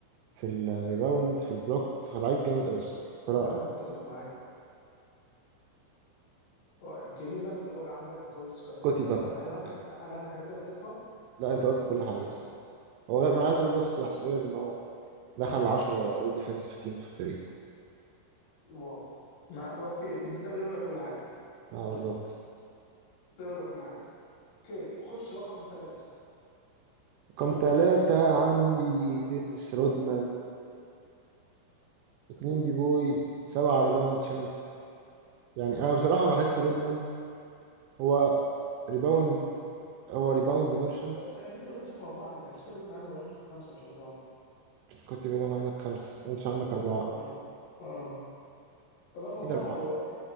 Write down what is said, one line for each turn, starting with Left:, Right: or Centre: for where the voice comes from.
Right: في الريباوند في البلوك هو لعيب جامد قوي الصراحه اختراع
Left: معاك
Right: يعني
Left: اتفق معاك آه، اوكي مين بقى اللي هو بقى عندك انت قلت سكوت
Right: كوتي
Left: بيبن
Right: بابا
Left: صح هل
Right: آه.
Left: عندك هل عندك حاجات تانية تضيفها
Right: لا انت قلت كل حاجه الصراحه هو غير انا عايز اقول بس
Left: آه،
Right: احصائيه ان هو دخل 10 اول ديفensive تيم في تاريخه
Left: واو ما اوكي ده يقول لك كل حاجه
Right: اه بالظبط
Left: ده يقول لك كل حاجه اوكي خش رقم ثلاثة
Right: رقم ثلاثة عندي دينيس رودمان اتنين دي بوي سبعة ريباوند شامب يعني انا بصراحة بحس رودمان هو ريباوند هو ريباوند ميرشنت
Left: انا لسه ما قلتش رقم اربعة عندي انا سكوت بيبن عندي أنا قلته خمسة مش اربعة
Right: بس كوتي بيبان عندك خمسة وانتش عندك أربعة اه
Left: اه اه رقم اربعة
Right: مين أربعة؟
Left: هو